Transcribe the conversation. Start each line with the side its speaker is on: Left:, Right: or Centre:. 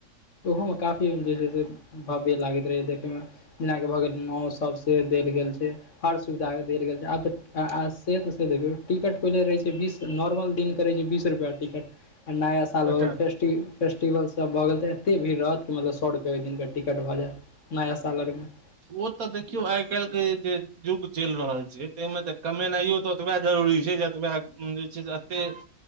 Left: ओहोमे काफी---भव्य लागैत रहैए देखैमे जेनाकि भऽ गेल नाव सबसे डैर गेल छै हर सुविधा देल गेल छै आब तऽ से तऽ से देखियौ टिकट पहिले रहै छै बीस नौरमल दिन कऽ रहैछै बीस रू टिकट आ नाया सा साल भऽ
Right: अच्छा
Left: गेल फेस्टि फेस्टिवल सब भऽ गेल तऽ एते भीड़ रहत कि मतलब सौ रुपैया ओइ दिनके टिकट भऽ जायत नया साल आओर के
Right: ओ तऽ देखियौ आइ काल्हि के जे युग चलि रहल छै तैमे तऽ कमेनाइयो तऽ ओतबे जरूरी छै जतबे जे छै से एत्ते